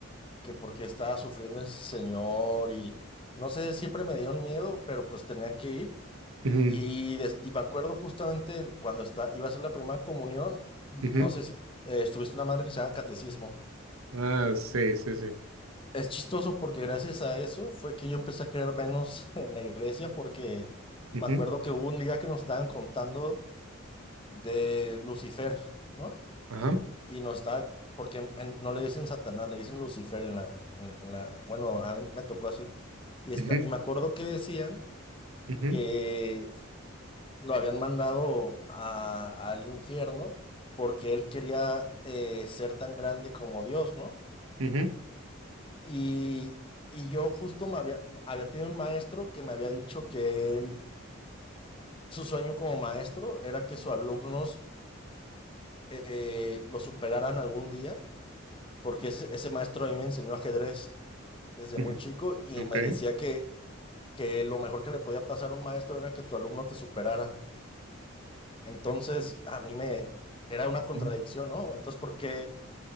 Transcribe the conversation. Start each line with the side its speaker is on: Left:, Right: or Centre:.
Left: que por qué estaba sufriendo ese señor y no sé, siempre me dio un miedo, pero pues tenía que ir.
Right: ujú,
Left: Y, des- y me acuerdo justamente cuando está, iba a ser la primera comunión, no
Right: ujú,
Left: sé si eh, estuviste una madre que se llama catecismo.
Right: ah, sí, sí, sí,
Left: Es chistoso porque gracias a eso fue que yo empecé a creer menos <laughs> en la iglesia porque
Right: ujú,
Left: me acuerdo que hubo un día que nos estaban contando de Lucifer, ¿no?
Right: ajá,
Left: y no está, porque en- en- no le dicen Satanás, le dicen Lucifer en la, en, en la, bueno, a mí me tocó así. Y está,
Right: ujú,
Left: y me acuerdo que decían
Right: ujú,
Left: que lo habían mandado a- al infierno porque él quería eh, ser tan grande como Dios, ¿no?
Right: ujú,
Left: Y, y yo justo me había, había tenido un maestro que me había dicho que él, su sueño como maestro era que sus alumnos eh, lo superaran algún día, porque ese, ese maestro a mí me enseñó ajedrez. desde
Right: ujú,
Left: muy chico y
Right: okay,
Left: me decía que, que lo mejor que le podía pasar a un maestro era que tu alumno te superara. Entonces, a mí me era una contradicción,
Right: ujú,
Left: ¿no? Entonces, ¿por qué,